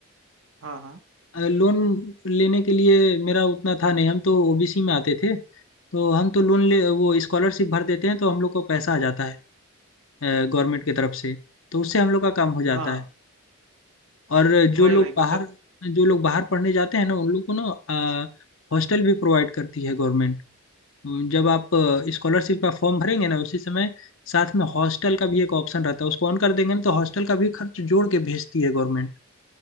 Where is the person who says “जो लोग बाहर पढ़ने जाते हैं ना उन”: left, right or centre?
Left